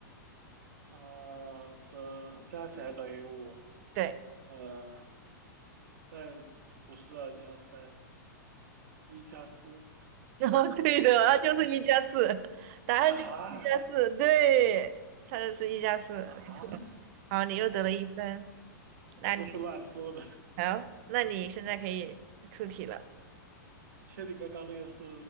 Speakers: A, on the right (about 65°); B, on the right (about 45°).
A: 呃是加起来等于五，
B: 对，
A: 呃，但不是二加三，一加四
B: <laughs> 然后对的，那就是一加四，答案就是一加四，
A: 啊
B: 对，它就是一加四，
A: 啊！
B: 没错。好，你又得了一分，那你
A: 我都是乱说的，
B: 好，那你现在可以出题了。
A: <laughs> 你确定刚刚那个是